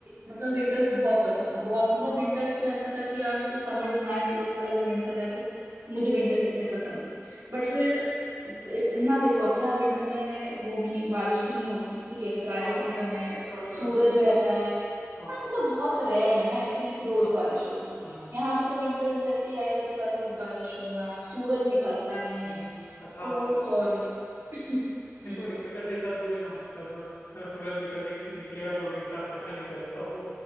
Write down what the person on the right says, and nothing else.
मतलब विंटर्स बहुत पसंद था बहुत मतलब
विंटर्स तो ऐसा था कि यार मतलब समर्स ना आए पूरे साल अगर विंटर रहे तो, तो मुझे विंटर्स इतने पसंद थे बट फिर अ, ना देखो अपने यहाँ विंटर में वो भी नहीं बारिश भी नहीं होती ठीक है ड्राई
सीजन
है सूरज
रहता
है
हाँ मतलब बहुत रेयर है ना ऐसे नहीं कि रोज
बारिश
हो रही है
यहाँ पे तो विंटर्स जैसे ही आएगा तो हर रोज बारिश होना सूरज निकलता नहीं
है
तो
वो
तो और ही <clears throat> हम्म